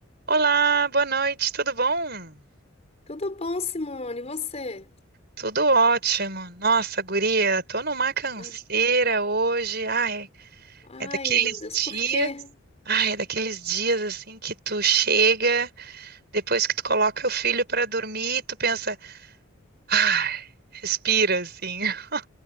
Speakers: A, on the right (about 50°); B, on the left (about 30°).
A: Olá, boa noite, tudo bom?
B: Tudo bom, Simone? E você?
A: Tudo ótimo. Nossa, guria, tô numa canseira
B: Ah,
A: hoje. Ai,
B: Ai,
A: é daqueles
B: meu Deus,
A: dias,
B: por quê?
A: ai, é daqueles dias assim que tu chega, depois que tu coloca o filho pra dormir, tu pensa, ai, respira assim. <laughs>